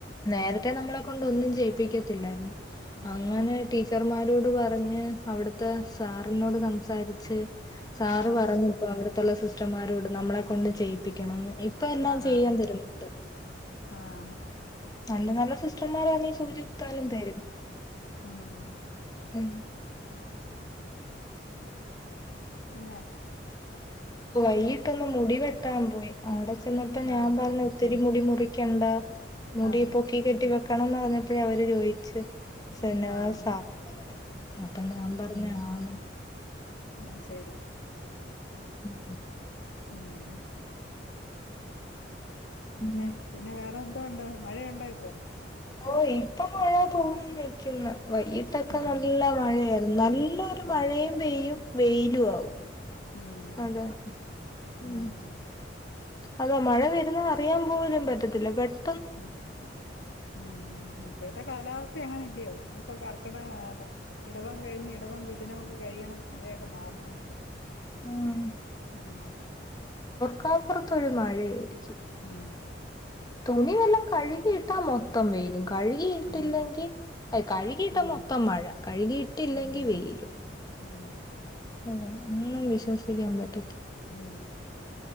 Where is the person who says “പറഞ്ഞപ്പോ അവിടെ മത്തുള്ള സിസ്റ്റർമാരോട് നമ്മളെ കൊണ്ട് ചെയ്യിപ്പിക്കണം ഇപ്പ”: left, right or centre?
Left